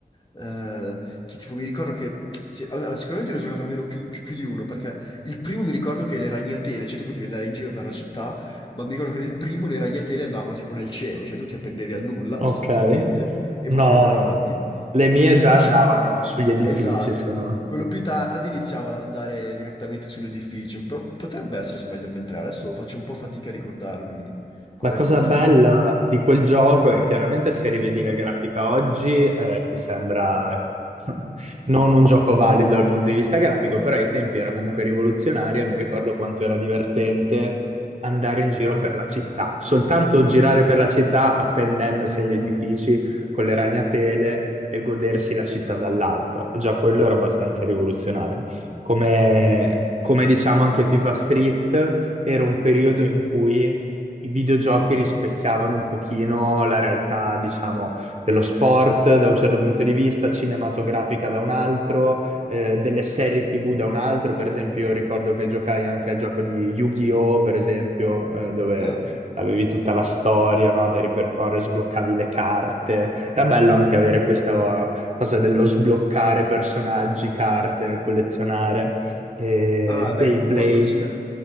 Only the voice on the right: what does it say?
Ok.
No,
no.
Le mie
già
andavano sugli edifici,
secondo me.
La cosa
bella di quel gioco è chiaramente se rivedi la grafica oggi, eh, ti sembra <laughs> non un gioco valido dal punto di vista grafico, però ai tempi era comunque rivoluzionaria. Mi ricordo quanto era divertente andare in giro per la città, soltanto girare per la città appendendosi agli edifici con le ragnatele e godersi la città dall'alto. E già quello era abbastanza rivoluzionario. Come, come diciamo anche FIFA Street, era un periodo in cui i videogiochi rispecchiavano un pochino la realtà, diciamo, dello sport da un certo punto di vista, cinematografica da un altro, eh, delle serie TV da un altro. Per esempio, io ricordo che giocai anche al gioco di Yu-Gi-Oh!, per esempio, eh, dove
avevi tutta la storia, no, da ripercorrere, sbloccavi le carte. Era bello anche avere questa eh, cosa dello sbloccare personaggi, carte, nel collezionare. Eh,
Beyblade.